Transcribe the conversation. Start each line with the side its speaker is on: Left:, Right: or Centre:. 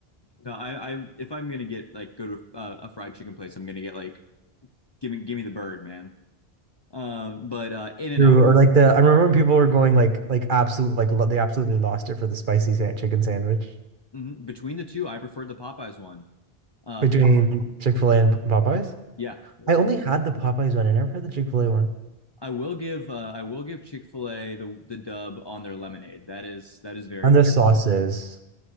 Left: No, I, I if I'm gonna get like go to a, uh, a fried chicken place, I'm gonna get like give me give me the bird, man. Um, but uh, in and
Right: True.
Left: out
Right: Or like the I remember when people were going like like absolute like lo they absolutely lost it for the spicy sa chicken sandwich
Left: hmm Between the two, I preferred the Popeyes one. Uh,
Right: between
Left: Pop-
Right: Chick-fil-A and Popeyes.
Left: yeah, yeah.
Right: I only had the Popeyes one. I never had the Chick-fil-A one.
Left: I will give uh, I will give Chick-fil-A the the dub on their lemonade. That is that is very
Right: And
Left: good.
Right: the sauces.